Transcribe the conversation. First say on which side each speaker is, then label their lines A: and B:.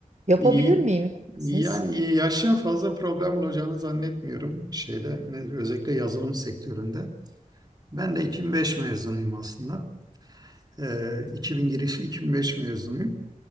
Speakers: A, on the right; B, on the right.
A: yapabilir
B: İyi,
A: miyim? Ne dersiniz?
B: yani yaşın fazla problem olacağını zannetmiyorum şeyde nedir özellikle yazılım sektöründe. Ben de 2005 mezunuyum aslında. Ee, 2000 girişli 2005 mezunuyum